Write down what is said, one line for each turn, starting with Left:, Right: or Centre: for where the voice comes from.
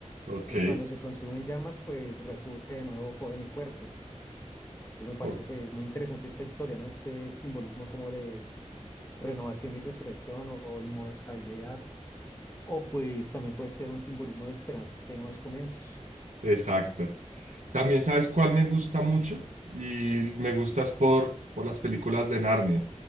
Right: ok,
Left: Entonces, cuando se consumen llamas, pues resurge de nuevo joven y fuerte. Entonces, me parece
Right: ok,
Left: pues muy interesante esta historia, ¿no? Este simbolismo como de renovación y resurrección o o inmortalidad. O pues también puede ser un simbolismo de esperanza y nuevos comienzos.
Right: exacto. También sabes cuál me gusta mucho y me gustas por, por las películas de Narnia,